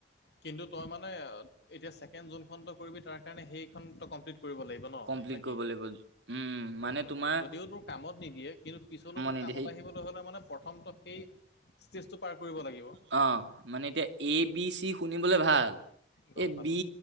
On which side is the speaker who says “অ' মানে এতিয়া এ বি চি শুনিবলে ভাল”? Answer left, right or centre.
Right